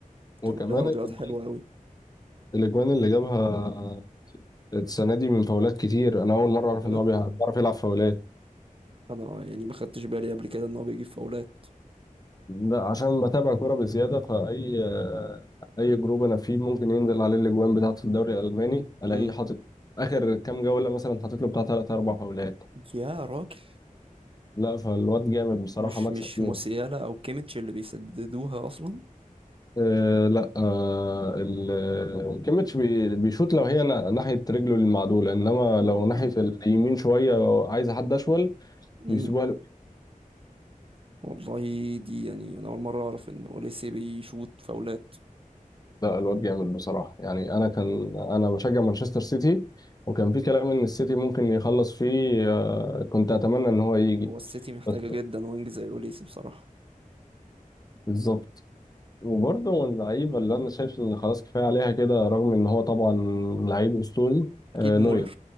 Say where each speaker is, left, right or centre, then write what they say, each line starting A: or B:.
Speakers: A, on the left (about 25°); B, on the right (about 40°).
A: وكمان
B: كان عليه عرضيات
A: الأجوان-
B: حلوة أوي
A: الاجوان اللي جابها السنه دي من فاولات كتير انا اول مره
B: بجد
A: اعرف ان هو بيع- بيعرف يلعب فاولات
B: أنا آه، يعني ما خدتش بالي قبل كده إن هو بيجيب فاولات
A: لا عشان بتابع كوره بزياده فاي آه، اي جروب انا فيه ممكن ينزل عليه الاجوان بتاعه الدوري الالماني الاقيه
B: امم
A: حاطط اخر كام جوله مثلا حاطط له بتاع ثلاث اربع فاولات
B: يا راجل
A: لا فالواد جامد بصراحه
B: مش
A: مكسب
B: مش
A: جون
B: موسيالا أو كيميتش اللي بيسددوها أصلا
A: أه لا أه ال- كيميتش بي- بيشوط لو هي نا- ناحيه رجله المعدوله انما لو
B: دي مين
A: ناحيه اليمين شويه عايز حد اشول
B: امم
A: بيسيبوها
B: والله دي يعني أنا أول مرة أعرف إن أوليسي بيشوط فاولات
A: لا الواد جامد بصراحة يعني أنا كان أنا بشجع مانشستر سيتي وكان في كلام إن السيتي ممكن يخلص فيه آه، كنت أتمنى إن هو يجي
B: هو السيتي محتاجة
A: بس
B: جدا وينج زي أوليسي بصراحة
A: بالظبط وبرضه من اللعيبة اللي أنا شايف إن خلاص كفاية عليها كده رغم إن هو طبعا لعيب أسطوري
B: أكيد
A: آه،
B: مولر
A: نوير